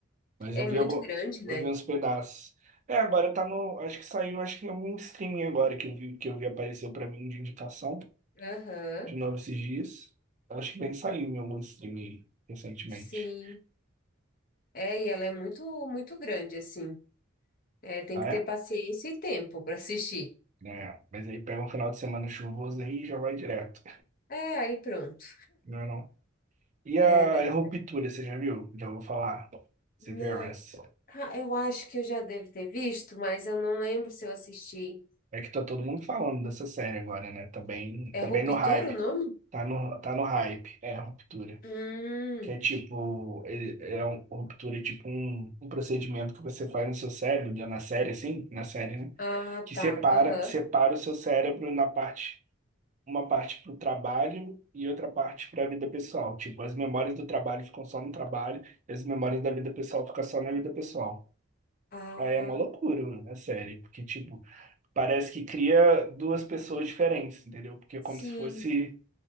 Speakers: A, on the right; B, on the left.
A: Mas
B: É
A: eu
B: muito
A: vi, algum,
B: grande, né?
A: eu vi uns pedaços. É, agora tá no. Acho que saiu, acho que em algum streaming agora que eu vi, que eu vi apareceu pra mim de indicação
B: Aham,
A: de novo esses dias. Acho que bem saiu em algum streaming recentemente.
B: sim. É, e ela é muito, muito grande, assim. É, tem
A: Ah,
B: que ter
A: é?
B: paciência e tempo para assistir.
A: É, mas aí pega um final de semana chuvoso aí e já vai direto.
B: É, aí pronto.
A: Não é não? E
B: É
A: a,
B: verdade.
A: a Ruptura, você já viu? Já vou falar. Severance.
B: Não, ah, eu acho que eu já devo ter visto, mas eu não lembro se eu assisti.
A: É que tá todo mundo falando dessa série agora, né? Tá bem,
B: É
A: tá
B: Ruptura
A: bem no hype.
B: o nome?
A: Tá no, tá no hype. É, Ruptura.
B: Hum,
A: Que é tipo, ele, é um, Ruptura é tipo um, um procedimento que você faz no seu cérebro, deu na série, assim, na série, né?
B: ah,
A: Que separa,
B: tá. Aham.
A: separa o seu cérebro na parte, uma parte pro trabalho e outra parte pra vida pessoal. Tipo, as memórias do trabalho ficam só no trabalho, e as memórias da vida pessoal ficam só na vida pessoal.
B: Ah,
A: Aí é uma loucura, né, série? Porque, tipo, parece que cria duas pessoas diferentes, entendeu? Porque é
B: sim,
A: como se fosse,